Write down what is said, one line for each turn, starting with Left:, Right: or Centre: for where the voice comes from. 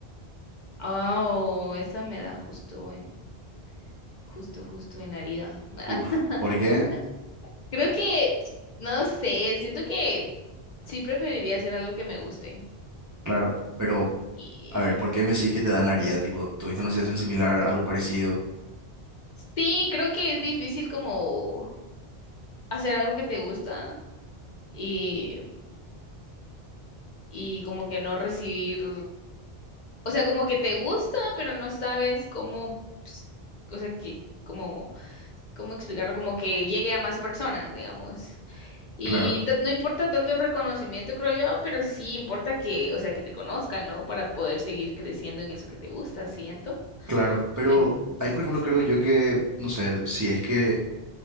Left: Oh, esa me da justo en, justo, justo en la herida. <laughs>
Right: Uf, ¿por qué?
Left: Creo que, no sé, siento que sí preferiría hacer algo que me guste.
Right: Claro, pero
Left: Y
Right: a ver, ¿por qué me decís que te dan la herida? Tipo, ¿tuviste una situación similar, algo parecido?
Left: sí, creo que es difícil como hacer algo que te gusta y, y como que no recibir. O sea, como que te gusta, pero no sabes cómo, ps- o sea, que, cómo, cómo explicarlo, como que llegue a más personas, digamos. Y
Right: Claro,
Left: ta- no importa tanto el reconocimiento, creo yo, pero sí importa que, o sea, que te conozcan, ¿no? Para poder seguir creciendo en eso que te gusta, siento.
Right: claro, pero
Left: En- Entonces,
Right: ahí por ejemplo creo
Left: ajá.
Right: yo que, no sé, si es que